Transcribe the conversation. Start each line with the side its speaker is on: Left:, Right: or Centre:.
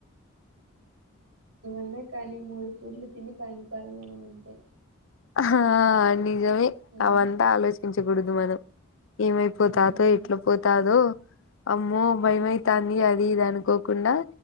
Right: న్నా కానీ మూడు పూట్లు తిని పండుకోవాలె మనం అంతే
Left: ఆహా అండీ నిజమే
Right: మ్మ్
Left: అవంతా ఆలోచించకూడదు మనం ఏమైపోతాదో
Right: మ్మ్
Left: ఎట్లా పోతాదో అమ్మో భయమైతుంది
Right: మ్మ్
Left: అది ఇది అనుకోకుండా